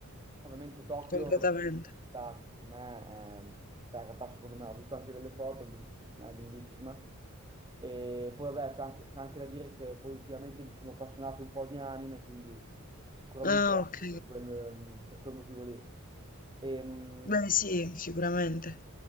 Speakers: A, on the right; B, on the left.
A: ovviamente Tokyo
B: Completamente.
A: cioè, è una città che secondo me, è- cioè in realtà secondo me, ho visto anche delle foto, è bell- ma è bellissima. E poi vabbè, c'è anche, c'è anche da dire che poi ultimamente mi sono appassionato un po' di anime, quindi sicuramente
B: Ah,
A: anche
B: ok.
A: per quel, per quel motivo lì. Ehm,
B: Beh, sì, sicuramente.